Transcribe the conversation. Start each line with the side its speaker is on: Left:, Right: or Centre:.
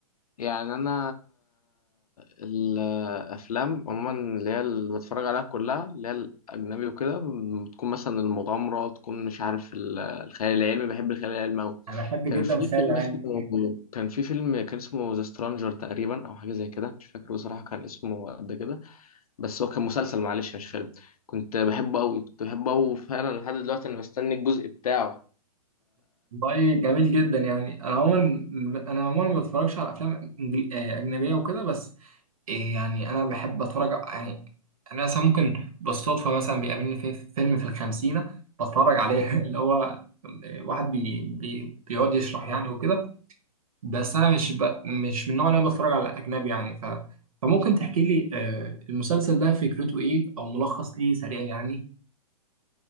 Left: يعني انا الافلام عموما اللي هي اللي بتفرج عليها كلها اللي هي الاجنبي وكده بتكون مثلا المغامره تكون مش عارف ال- الخيال العلمي بحب الخيال العلمي قوي
Right: انا بحب
Left: كان
Right: جدا
Left: في
Right: الخيال
Left: فيلم
Right: العلمي
Left: اسمه كان في فيلم كان اسمه ذا سترانجر تقريبا او حاجه زي كده مش فاكر بصراحه كان اسمه قد كده بس هو كان مسلسل معلش مش فيلم كنت بحبه قوي كنت بحبه قوي فعلا لحد دلوقتي انا بستني الجزء بتاعه
Right: والله جميل جدا يعني انا عموما انا عموما ما بتفرجش على افلام إنجلي- آه، اجنبيه وكده بس إيه يعني انا بحب اتفرج يعني انا مثلا ممكن بالصدفه مثلا بيقابلني في في فيلم في الخمسينه بتفرج عليه <laughs> اللي هو واحد بي بي بيقعد يشرح يعني وكده بس انا مش ب... مش من النوع اللي انا بتفرج على اجنبي يعني ف... فممكن تحكي لي آه، المسلسل ده فكرته ايه او ملخص ليه سريع يعني